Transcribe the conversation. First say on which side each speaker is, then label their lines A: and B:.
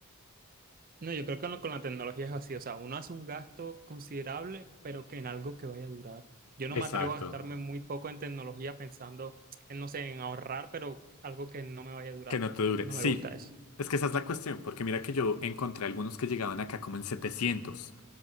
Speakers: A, on the right; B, on the left.
A: No, yo creo que con, la con la tecnología es así. O sea, uno hace un gasto considerable, pero que en algo que vaya a durar. Yo
B: Exacto.
A: no me atrevo a gastarme muy poco en tecnología pensando en, no sé, en ahorrar, pero algo que no me vaya a durar.
B: Que no
A: No,
B: te dure.
A: no
B: Sí,
A: me gusta eso.
B: es que esa es la cuestión, porque mira que yo encontré algunos que llegaban acá como en setecientos